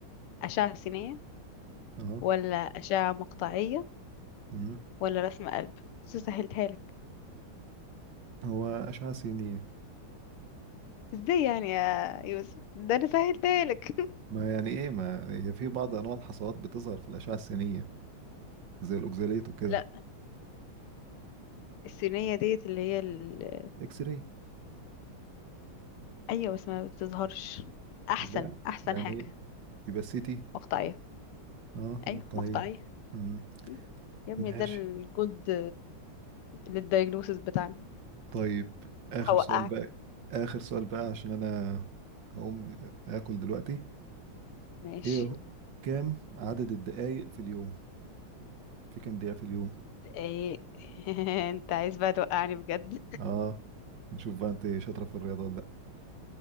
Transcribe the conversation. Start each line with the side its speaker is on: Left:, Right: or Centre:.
Left: اشعه سينيه
Right: اه
Left: ولا اشعه مقطعيه
Right: مم.
Left: ولا رسم قلب بس سهلتها لك
Right: هو أشعة سينية
Left: ازاي يعني يا يوسف ده انا سهلتها لك
Right: ما يعني ايه ما هي في بعض انواع الحصوات بتظهر في الأشعة السينية زي الأوكزاليت
Left: <laughs>
Right: وكده
Left: لا السينيه ديت اللي هي ال...
Right: اكس راي
Left: ايوه بس ما بتظهرش احسن
Right: والله
Left: احسن
Right: يعني
Left: حاجه
Right: يبقى سيتي
Left: مقطعيه
Right: اه
Left: ايوه
Right: طيب
Left: مقطعيه
Right: مم.
Left: أيوة. يا ابني
Right: ماشي
Left: ده الجولد للدايجنوسيس بتاعنا
Right: طيب آخر
Left: هوقعك
Right: سؤال بقى آخر سؤال بقى عشان أنا هقوم آكل دلوقتي
Left: ماشي
Right: إيه هو- كام عدد الدقايق في اليوم في كام دقيقة في اليوم
Left: ايه <laughs> انت عايز بقى توقعني بجد
Right: آه نشوف بقى أنت شاطرة في الرياضة ولا لأ